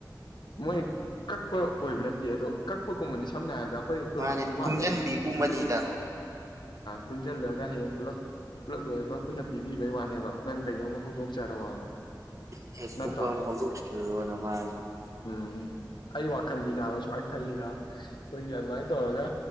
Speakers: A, on the left; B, on the right.
A: ꯃꯣꯏ ꯀꯛꯄ ꯑꯣꯏꯕ ꯅꯠꯇꯦ ꯑꯗꯣ ꯀꯛꯄꯒꯨꯝꯕꯅꯤ ꯁꯝꯅ ꯍꯥꯏꯔꯕꯗ ꯍꯣꯏ ꯇꯣꯂꯣꯇꯨꯗꯤ
B: ꯃꯥꯅꯦ
A: ꯋꯥꯠꯂꯦꯗꯅ
B: ꯇꯨꯡꯖꯟꯕꯤꯒꯨꯝꯕꯅꯤꯗ
A: ꯄꯤꯛꯑ ꯄꯤꯛ ꯇꯨꯡꯁꯤꯜꯂꯒ ꯍꯌꯦꯡ ꯄꯨꯂꯞ ꯄꯨꯂꯞ ꯂꯣꯏꯒ ꯄꯨꯟꯅ ꯄꯤꯕꯤꯕꯩ ꯋꯥꯅꯦꯕ ꯅꯪ ꯀꯩꯅꯣꯝꯃ ꯍꯧꯗꯣꯛꯆꯔꯑꯣꯅ
B: ꯅꯦꯁꯀꯨꯝꯕ
A: ꯅꯠꯇ꯭ꯔꯣ
B: <unintelligible>
A: ꯎꯝ ꯑꯩ ꯋꯥꯈꯟꯗꯤ ꯅꯥꯕ ꯁꯨꯃꯥꯏꯅ ꯈꯜꯂꯤꯅ ꯑꯩꯈꯣꯏꯒꯤ ꯑꯗꯨꯃꯥꯏꯅ ꯇꯧꯔꯒ